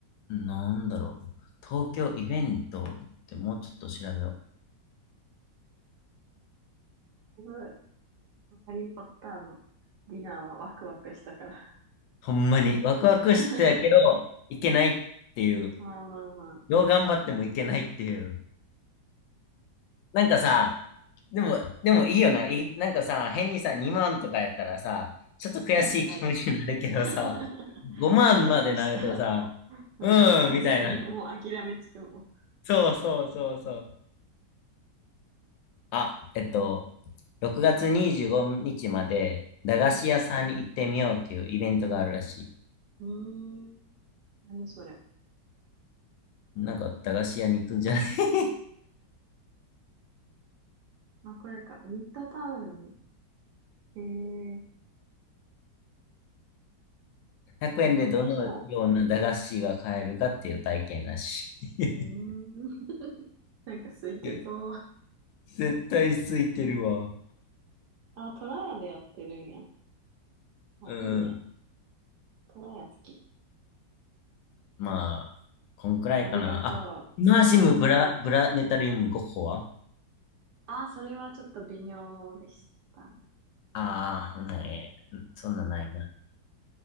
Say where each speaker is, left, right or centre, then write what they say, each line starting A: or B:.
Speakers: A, on the left; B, on the right.
A: なんだろう。東京イベントってもうちょっと調べよう。
B: れない。だいぶハリー・ポッターのディナーはワクワクしたから。
A: ほんまに、ワクワクしてやけど、
B: <laughs>
A: いけないっていう。
B: まあまあまあ。
A: どう頑張ってもいけないっていう。なんかさ、でも、でもいいよな。い、なんかさ、変にさ、2万とかやったらさ、ちょっと悔しい気持ちになるけどさ、
B: 確かに。<laughs>
A: 5万までなるとさ、
B: 下手したら、うん、
A: うーん、
B: 完全にもう諦めつくもん。
A: みたいな。そうそうそうそう。あ、えっと、6月25日まで、駄菓子屋さんに行ってみようっていうイベントがあるらしい。
B: うん。うーん。何それ。
A: なんか駄菓子屋に行くんじゃない <laughs>
B: まあ、これか。ミッドタウン。ええ
A: ?100
B: ーあ、
A: 円でどのような駄菓子が買えるかっていう体験らしい。
B: 面白そう。うーん。<laughs> なんか空いてそう。
A: <laughs> 絶対空いてるわ。
B: あ、トラヤでやってるんや。あ、
A: うん。
B: いいね。トラヤ好き。
A: まあ、こんくらいかな。
B: ありがとう。
A: あ、マーシムブラ、
B: うん。
A: ブラネタリウム5個は
B: あ、それはちょっと微妙でしたね。
A: ああー、ほんならええそんなんないな。